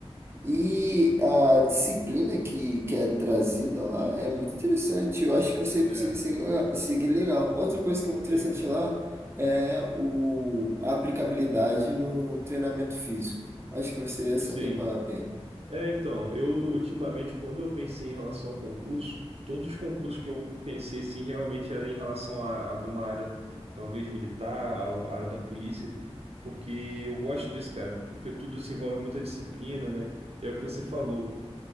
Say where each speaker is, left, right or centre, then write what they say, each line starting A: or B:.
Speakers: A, on the right (about 20°); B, on the right (about 70°).
A: E a disciplina que, que é trazida lá é muito interessante. Eu acho que você consegue
B: é,
A: seguir le- seguir legal. Outra coisa que é muito
B: é
A: interessante
B: então,
A: lá é o, a aplicabilidade no treinamento físico. Acho que você ia se
B: sim.
A: adequar bem.
B: É, então, eu ultimamente, quando eu pensei em relação ao concurso, todos os concursos que eu pensei assim realmente era em relação a alguma área, talvez militar, a a área da polícia, porque eu gosto disso, cara, porque tudo se envolve muita disciplina, né? É o que você falou